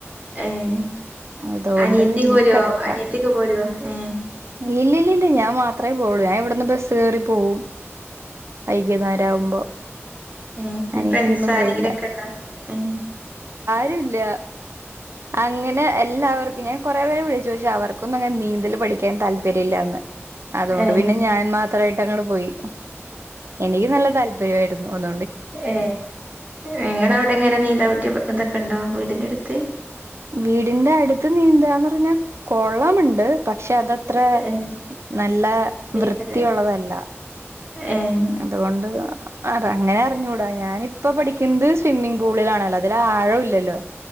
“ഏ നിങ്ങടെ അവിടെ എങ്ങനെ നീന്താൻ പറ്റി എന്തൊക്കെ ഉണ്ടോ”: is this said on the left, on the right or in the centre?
Right